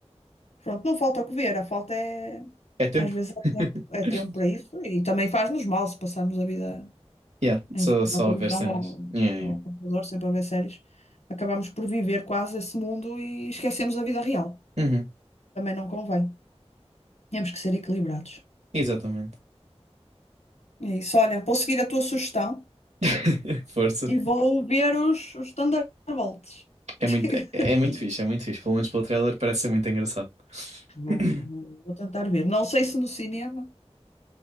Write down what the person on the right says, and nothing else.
É tempo.
<laughs>
Yeah,
só,
só
a ver cenas.
Yeah,
yeah. Uhum,
Exatamente.
<laughs> Força.
É
muito, é, é muito fixe, é muito fixe. Pelo menos pelo trailer parece ser muito engraçado. <coughs>
<clears throat>